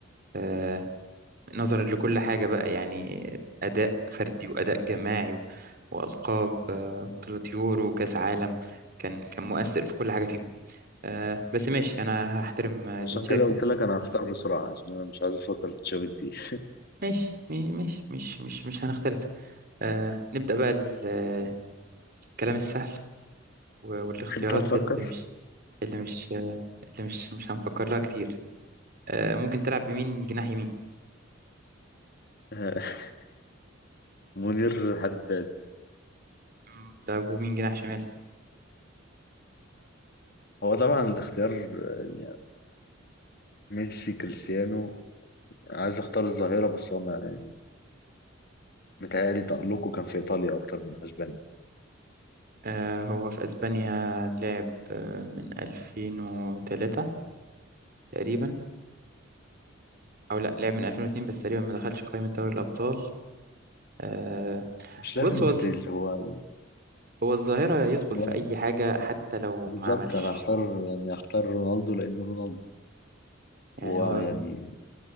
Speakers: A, on the right; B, on the left.
A: آه، نظرا لكل حاجه بقى يعني اداء فردي واداء جماعي و- والقاب آه، بطوله يورو وكاس عالم كان كان مؤثر في كل حاجه فيهم آه بس ماشي انا هحترم آه، اللي
B: عشان
A: انت شايفه
B: كده قلت لك انا هختار بسرعة عشان انا مش عايز افكر في تشافي كتير
A: ماشي م- ماشي مش مش مش هنختلف آه نبدأ بقى ال- آه، الكلام السهل و- والاختيارات
B: <laughs> انت هتفكر
A: اللي مش اللي مش آه، اللي مش مش هنفكر لها كتير آه ممكن تلعب بمين جناح يمين
B: <laughs> منير حداد
A: مم، طب ومين جناح شمال
B: هو طبعا الاختيار آه، يعني ميسي كريستيانو عايز اختار الظاهرة بس هو ما- متهيألي تألقه كان في ايطاليا اكتر من اسبانيا
A: آه هو في اسبانيا لعب آه، من 2003 تقريبا او لا لعب من 2002 بس تقريبا ما دخلش قائمة دوري الابطال آه
B: مش لازم
A: بص هو
B: ديتيلز
A: الظ-
B: هو
A: هو الظاهرة يدخل
B: هو
A: في اي حاجة حتى لو
B: بالظبط
A: ما عملش
B: انا هختار يعني هختار رونالدو لانه رونالدو
A: يعني
B: ويعني
A: هو